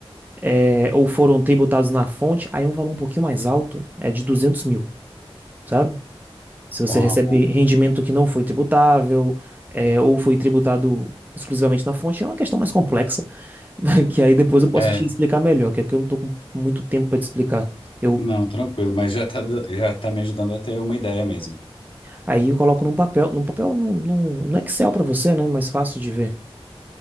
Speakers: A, on the right; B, on the left.
A: é, ou foram tributados na fonte, aí é um valor um pouquinho mais alto, é de duzentos mil, sabe? Se você
B: Uhum.
A: recebe rendimento que não foi tributável, é, ou foi tributado exclusivamente na fonte, é uma questão mais complexa, <laughs> que aí depois eu posso
B: É,
A: te explicar melhor, que aqui eu não tô com muito tempo para te explicar. Eu,
B: não, tranquilo, mas já tá, da- já tá me ajudando a ter uma ideia mesmo.
A: aí eu coloco num papel, num papel, num, num, no Excel para você, né? Mais fácil de ver.